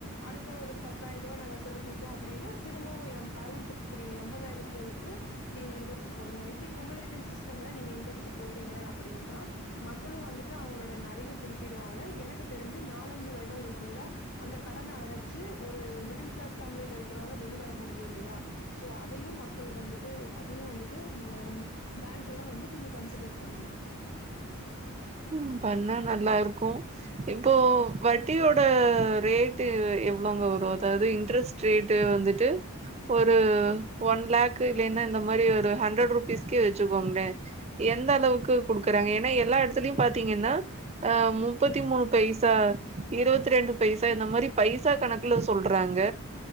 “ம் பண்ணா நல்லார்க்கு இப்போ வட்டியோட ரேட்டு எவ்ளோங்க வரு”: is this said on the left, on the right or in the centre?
Right